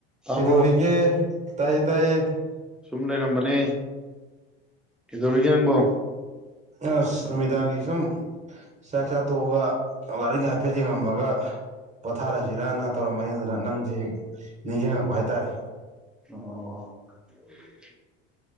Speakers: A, in the centre; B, on the right.
A: ꯇꯥꯕ꯭ꯔꯣ
B: ꯀꯩꯗꯧꯔꯤꯒꯦ ꯇꯌꯦ ꯇꯌꯦ
A: ꯁꯨꯝ ꯂꯩꯔꯝꯕꯅꯦ ꯀꯩꯗꯧꯔꯤꯒꯦ ꯅꯪꯕꯣ
B: ꯑꯁ ꯅꯨꯃꯤꯗꯥꯡꯒꯤ ꯁꯨꯝ ꯆꯥꯛ ꯆꯥ ꯇꯣꯛꯑꯒ ꯂꯥꯏꯔꯤꯛ ꯍꯥꯏꯐꯦꯠ ꯌꯦꯡꯉꯝꯃꯒ ꯄꯣꯊꯥꯔꯁꯤꯔꯅ ꯇꯧꯔꯝꯕꯅꯤ ꯑꯗꯨꯅ ꯅꯪꯁꯦ ꯅꯤꯡꯁꯤꯡꯉꯛꯄ ꯍꯥꯏꯇꯥꯔꯦ
A: ꯑꯣ